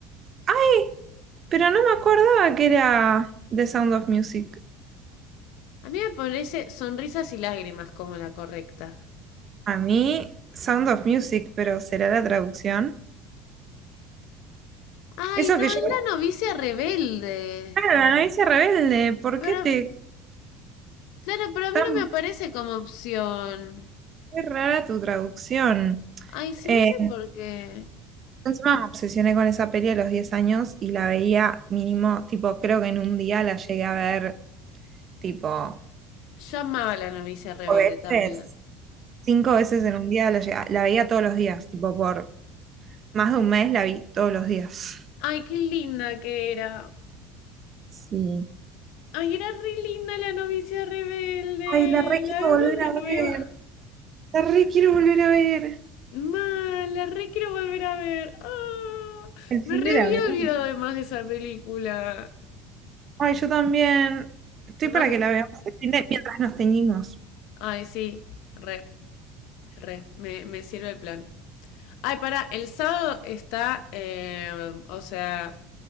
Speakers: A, on the right; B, on the left.
A: ¡Ay! Pero no me acordaba que era The Sound of Music.
B: A mí me parece Sonrisas y Lágrimas como la correcta.
A: A mí, Sound of Music, pero será la traducción.
B: Ay,
A: Eso
B: no,
A: que yo.
B: es la novicia rebelde.
A: Claro, la novicia rebelde. ¿Por
B: Pero,
A: qué te
B: claro, pero a
A: tan
B: mí no me aparece como opción.
A: qué rara tu traducción?
B: Ay, sí,
A: Eh,
B: no sé por qué.
A: Encima me obsesioné con esa peli a los 10 años y la veía mínimo, tipo, creo que en un día la llegué a ver, tipo,
B: Yo amaba la novicia rebelde
A: o veces,
B: también.
A: cinco veces en un día la llegué- la veía todos los días, tipo, por más de un mes la vi todos los días.
B: Ay, qué linda que era.
A: Sí.
B: Ay, era re linda la novicia rebelde.
A: Ay, la re quiero
B: La vemos
A: volver
B: de
A: a ver,
B: nuevo.
A: la re quiero volver a ver.
B: Mal, la re quiero volver a ver. Ah,
A: El fin
B: me re
A: de
B: había
A: la veré.
B: olvidado además de esa película.
A: Ay, yo también. Estoy
B: Te vas
A: para
B: a-
A: que la veamos el fin de- mientras nos teñimos.
B: Ay, sí, re, re, me, me sirve el plan. Ay, pará, el sábado está, eh, o sea,